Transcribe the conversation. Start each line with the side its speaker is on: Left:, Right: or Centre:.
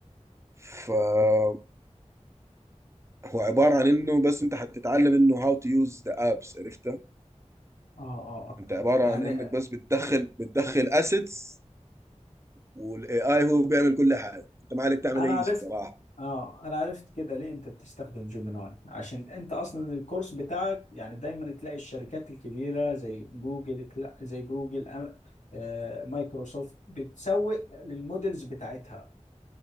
Right: فهو عبارة عن انه بس انت حتتعلم انه هاو تو يوز ذا ابس عرفتها
Left: اه اه اه
Right: انت عبارة
Left: يعني
Right: عن انك بس بتدخل بتدخل اسيتس والاي اي هو بيعمل كل حاجة انت ما عليك تعمل
Left: انا
Right: اي
Left: عرفت
Right: شيء صراحة
Left: اه انا عرفت كده ليه انت بتستخدم جيميناي عشان انت اصلا الكورس بتاعك يعني دايما تلاقي الشركات الكبيره زي جوجل كلا- زي جوجل أم- آه، مايكروسوفت بتسوق للمودلز بتاعتها